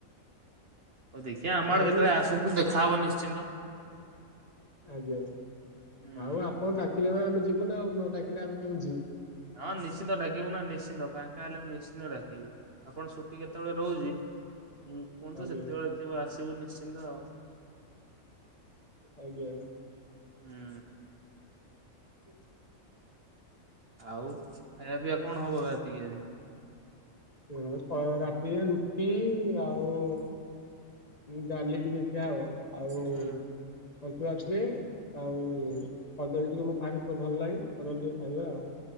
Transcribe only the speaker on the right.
ଦେଖିବା ଆମ ଆଡେ
କେତେବେଳେ ଆସନ୍ତୁ ଦେଖାହବ ନିଶ୍ଚିନ୍ତ।
ହୁଁ।
ହଁ ନିଶ୍ଚିନ୍ତ ଡାକିବୁ ନା ନିଶ୍ଚିନ୍ତ ପାଙ୍କା ହେଲେ ମୁଁ ନିଶ୍ଚିନ୍ତ ଡାକିବି ଆପଣ ଛୁଟି କେତେବେଳେ ରହୁଚି ଉ ଉ
ସେତେବେଳେ ଥିବ ଆସିବୁ ନିଶ୍ଚିନ୍ତ ଆଉ
ହୁଁ।
ଆଉ ଖିଆ ପିଇ କଣ ହବ ରାତି କିି ଆଜି?
ହୁଁ